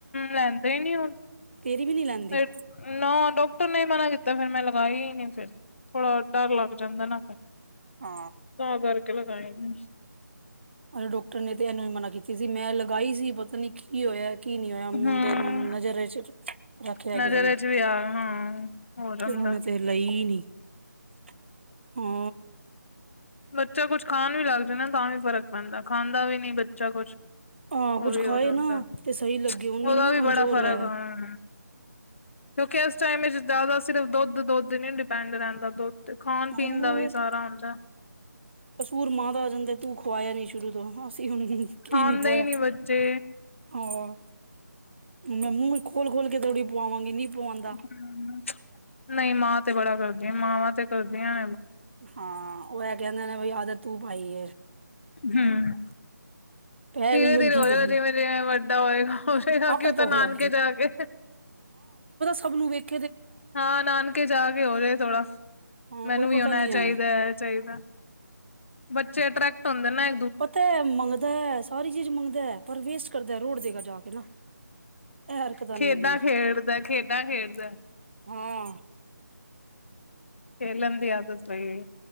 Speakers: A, on the left; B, on the right.
A: ਲੈਂਦੇ ਹੀ ਨਹੀਂ
B: ਤੇਰੀ ਵੀ ਨੀ ਲੈਂਦੀ
A: <unintelligible> ਨੀ ਮਨਾ ਕੀਤਾ ਫਿਰ ਮੈਂ ਲਗਾਈ ਹੀ ਨਹੀਂ ਫਿਰ ਥੋੜਾ ਡਰ ਲੱਗ ਜਾਂਦਾ ਨਾ।
B: ਹਾ
A: ਤਾਂ <inaudible>
B: ਹਲੇ ਡਾਕਟਰ ਨੇ ਤੇ ਇਨ੍ਹਾਂ ਨੂੰ ਮਨਾ ਕੀਤੀ ਸੀ ਮੈ ਲਗਾਈ ਸੀ ਪਤਾ ਨੀ ਕੀ ਹੋਇਆ। ਕੀ ਨੀ ਹੋਇਆ ਮੁੰਡੇ
A: ਹੂੰ
B: ਨੂੰ ਨਜ਼ਰ ਚ ਰਖਲਿਆ
A: ਨਜ਼ਰ
B: ਕਿਸੇ ਨੇ
A: ਚ ਵੀ ਆ ਹਾਂ ਹੋ ਜਾਂਦਾ
B: ਓਨੇ ਤੇ ਲਈ ਹੀ ਨੀ <unintelligible>
A: ਬੱਚਾ ਕੁਝ ਖਾਣ ਨੂੰ ਲੱਗਦਾ ਨਾ ਤਾਂ ਵੀ ਫਰਕ ਪੈਂਦਾ ਖਾਣ ਦਾ ਵੀ ਨਹੀਂ ਬੱਚਾ ਕੁਛ
B: ਹਾਂ
A: ਉਹ
B: ਕੁਝ
A: ਵੀ
B: ਖਾਏ
A: ਹੋ ਜਾਂਦਾ
B: ਨਾ ਤੇ ਸਹੀ ਲੱਗੇ
A: ਉਹਦਾ
B: ਨ
A: ਵੀ
B: ਕਮਜ਼ੋਰ
A: ਬੜਾ ਫ਼ਰਕ
B: ਐ।
A: ਹਾਂ ਕਿਉਂਕਿ ਇਸ ਟਾਈਮ ਜਿੱਦਾਂ ਦਾ ਸਿਰਫ ਦੁੱਧ ਦੋ ਦਿਨ ਹੀ ਡਿਪੈਂਡ ਰਹਿੰਦਾ ਦੁੱਧ ਤੇ ਖਾਣ ਪੀਣ
B: ਹੋਰ
A: ਦਾ ਵੀ ਸਾਰਾ ਹੁੰਦਾ
B: ਕਸੂਰ ਮਾਂ ਦਾ ਆ ਜਾਂਦਾ ਤੂੰ ਖਵਾਇਆ ਨੀ ਸ਼ੁਰੂ ਤੋਂ ਹਨ
A: ਖਾਂਦੇ
B: ਕਿ ਨੀ ਖਵਾਇਆ
A: ਹੀ ਬੱਚੇ
B: ਹਨ ਮੈ ਮੂੰਹ ਖੋਲ ਖੋਲ ਕੇ ਥੋੜ੍ਹੀ ਪੁਵੰਗੀ ਨੀ ਪੁਆਉਂਦਾ
A: ਹੂੰ ਨਹੀਂ ਮਾਂ ਤੇ ਬੜਾ ਕੁਝ ਮਾਵਾਂ ਤੇ ਕਰਦੀ ਆ
B: ਹਾਂ ਉਹ ਮੈਂ ਕਿਹਾ ਉਹਨਾਂ ਨੇ ਆਦਾ ਤੂੰ ਭਾਈ
A: ਹਨ
B: ਪੈ
A: ਧੀਰ
B: ਗਈ ਹੁਣ
A: ਧੀਰੇ
B: ਕੀ
A: ਹੋਜੂ
B: ਕਰੀਏ
A: ਜਿਵੇਂ ਜਿਵੇਂ ਵਡਾ ਹੋਵੇਗਾ। ਖ਼ੁਸ਼ ਐ ਉਹ
B: ਆਪੇ ਭੁੱਖ
A: ਤੇ ਨਾਨਕੇ
B: ਲੱਗ
A: ਜਾਕੇ।
B: ਸਬ ਨੂੰ ਵੇਖ
A: ਹਾ ਨਾਨਕੇ ਜਾਕੇ ਹੋਜੇ ਥੋੜਾ
B: ਹਾਂ
A: ਮੈਨੂੰ
B: ਕੋਈ
A: ਵ
B: ਪਤਾ
A: ਹੁਣ
B: ਨੀ
A: ਐ
B: ਹੈ
A: ਚਾਹੀਦਾ ਐ ਚਾਹੀਦਾ ਬੱਚੇ ਟ੍ਰੈਕਟ ਹੁੰਦੇ ਨੇ
B: ਓਹ ਤੇ ਮੰਗਦਾ ਸਾਰੀ ਚੀਜ਼ ਮੰਗਦਾ ਪਰ ਵੇਸਟ ਕਰਦਾ ਰੋਡ ਦੇਗਾ ਜਾ ਕੇ ਨਾ ਇਹ ਹਰਕਤਾਂ
A: ਖੇਡਾਂ
B: ਨੇ ਇਹਦੀਆਂ
A: ਖੇਡਦਾ ਖੇਡਾਂ ਖੇਡਦਾ
B: ਹਾਂ
A: ਖੇਲਣ ਦੀ ਆਦਤ ਪੇਗਈ